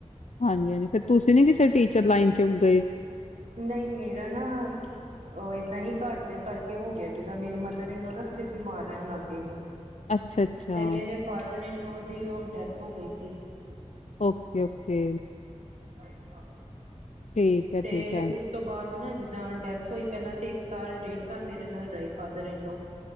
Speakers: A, on the left (about 70°); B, on the right (about 85°).
A: ਹਾਂਜੀ ਹਾਂਜੀ, ਫਿਰ ਤੁਸੀਂ ਨੀ ਕਿਸੇ ਟੀਚਰ ਲਾਈਨ ਚ ਗਏ?
B: ਨਹੀਂ ਮੇਰਾ ਨਾ ਔ ਏਦਾਂ ਹੀ ਘਰ ਦੇ ਕਰਕੇ ਹੋ ਗਿਆ ਜਿੱਦਾਂ ਮੇਰੀ ਮਦਰ ਇਨ ਲੋ ਨਾ ਥੋੜੇ ਬਿਮਾਰ ਰੈਣ ਲੱਗ ਗਏ ਹੀ।
A: ਅੱਛਾ ਅੱਛਾ
B: ਤੇ ਮੇਰੇ ਫਾਦਰ ਇਨਲੋ ਦੀ ਉਹ ਡੈਥ ਹੋ ਗਈ ਸੀ।
A: Okay okay
B: life partner.
A: ਠੀਕ ਹੈ
B: ਤੇ
A: ਠੀਕ ਹੈ
B: ਉਸ ਉਸ ਤੋਂ ਬਾਅਦ ਨਾ ਜਿੱਦਾਂ ਡੈਥ ਹੋਈ ਪਹਿਲਾਂ ਤੇ ਇੱਕ ਸਾਲ ਡੇਢ ਸਾਲ ਮੇਰੇ ਨਾਲ ਰਹੇ ਫਾਦਰ ਇਨ ਲੋ